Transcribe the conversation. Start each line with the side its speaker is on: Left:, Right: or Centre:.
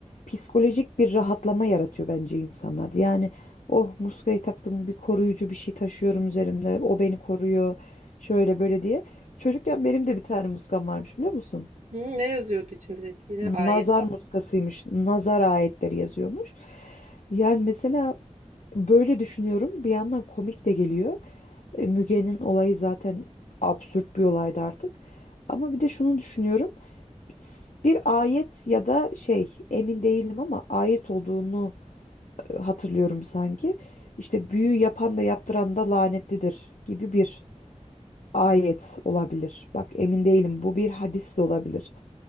Left: Psikolojik bir rahatlama yaratıyor bence insanlarda. Yani oh muskayı taktım bir koruyucu bir şey taşıyorum üzerimde. O beni koruyor. Şöyle böyle diye. Çocukken benim de bir tane muskam varmış biliyor musun?
Right: Hı, ne yazıyordu içinde peki? Yine ayet
Left: Nazar
Right: falan.
Left: muskasıymış. Nazar ayetleri yazıyormuş. Yani mesela Böyle düşünüyorum. Bir yandan komik de geliyor. E, Müge'nin olayı zaten absürt bir olaydı artık. Ama bir de şunu düşünüyorum. S- Bir ayet ya da şey emin değilim ama ayet olduğunu e, hatırlıyorum sanki. İşte büyü yapan da yaptıran da lanetlidir gibi bir ayet olabilir. Bak emin değilim bu bir hadis de olabilir.